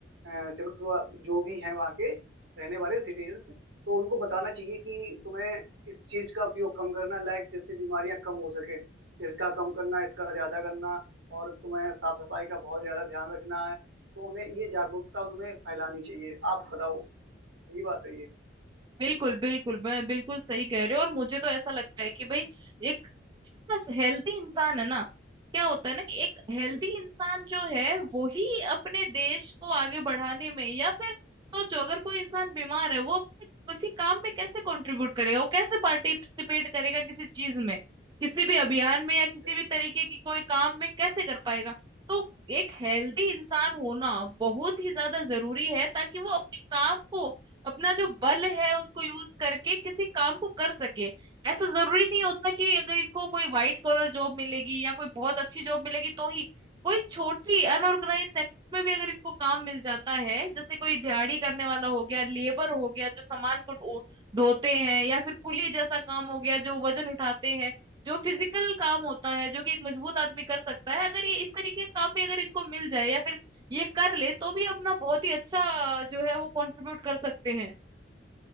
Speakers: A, on the right; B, on the right.
A: सिविक जो भी हैं वहाँ के रहने वाले सिटीजन्स तो उनको बताना चाहिए कि तुम्हें इस चीज का उपयोग कम करना लाइक जैसे बीमारियां कम हो सके इसका कम करना इसका ज्यादा करना और तुम्हें साफ सफाई का बहुत ज्यादा ध्यान रखना है तो उन्हें ये जागरूकता उनमें फैलानी चाहिए आप बताओ सही बात है ये
B: बिल्कुल बिल्कुल मैं बिल्कुल सही कह रहे हो और मुझे तो ऐसा लगता है कि भाई एक हेल्दी इंसान है ना क्या होता है ना कि एक हेल्दी
A: हम्म,
B: इंसान जो है वो ही अपने देश को आगे बढ़ाने में या फिर सोचो अगर कोई इंसान बीमार है वो अपने किसी काम में कैसे कंट्रीब्यूट करेगा वो कैसे पार्टिसिपेट करेगा किसी चीज में किसी भी अभियान में या किसी
A: बिल-
B: भी तरीके की कोई काम में कैसे कर पाएगा तो एक हेल्दी इंसान होना बहुत ही ज्यादा जरूरी है ताकि वो अपने काम को अपना जो बल है उसको यूज करके किसी काम को कर सके ऐसा जरूरी नहीं होता कि अगर इनको कोई व्हाइट कॉलर जॉब मिलेगी या कोई बहुत अच्छी जॉब मिलेगी तो ही कोई छोटी अनऑर्गेनाइज सेक्टर में भी अगर इनको काम मिल जाता है जैसे कोई दिहाड़ी करने वाला हो गया
A: बिल-
B: लेबर हो गया जो सामान को ढो- ढोते हैं या फिर कुली जैसा काम हो गया जो वजन उठाते हैं जो फिजिकल काम होता है जो कि एक मजबूत आदमी कर सकता है अगर ये इस तरीके का काम भी अगर इनको मिल जाए या फिर ये कर ले तो भी अपना बहुत ही अच्छा अ, जो है वो कंट्रीब्यूट कर सकते हैं